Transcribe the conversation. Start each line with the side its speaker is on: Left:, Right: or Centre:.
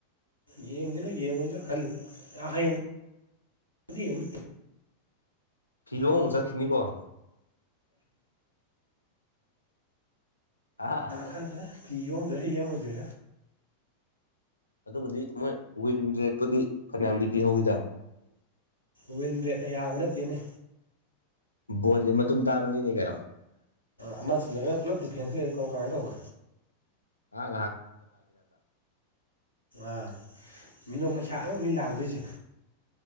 Right: ꯌꯦꯡꯁꯤꯔꯥ ꯌꯦꯡꯉꯣꯏꯁꯤꯔꯥ ꯈꯜꯂꯤ ꯍꯌꯦꯡꯉ ꯌꯦꯡ
Left: ꯐꯤꯒꯣ ꯍꯁ ꯈꯤꯅꯤꯀꯣ ꯑꯥ
Right: ꯈꯟꯗ ꯐꯤ ꯌꯣꯝꯗꯣꯏꯔꯦ ꯌꯦꯃꯗ꯭ꯔꯦ
Left: ꯑꯗꯨꯕꯨꯗꯤ ꯃꯣꯏ ꯋꯤꯟ ꯔꯦꯛꯄꯨꯗꯤ ꯐꯅꯌꯥꯝꯗꯤ ꯇꯤꯍꯧꯋꯤꯗ
Right: ꯋꯤꯟ ꯔꯦꯠꯅ ꯌꯥꯕ ꯅꯠꯇꯦꯅꯤ
Left: ꯕꯣꯠꯅꯤ ꯃꯇꯨꯝ ꯇꯥꯕꯅꯤꯅꯦ ꯀꯩꯅꯣ
Right: ꯑꯃ ꯆꯤꯟꯖꯅ ꯄꯨꯂꯞ ꯗꯤꯐꯦꯟꯁꯇ ꯂꯩꯔꯤ ꯀꯣ ꯀꯃꯥꯏꯅ ꯇꯧꯕ
Left: ꯑ
Right: ꯑꯥ ꯃꯤꯅꯠ ꯃꯁꯥ ꯑꯧꯕꯅꯤ ꯂꯥꯡ ꯔꯤꯖꯨ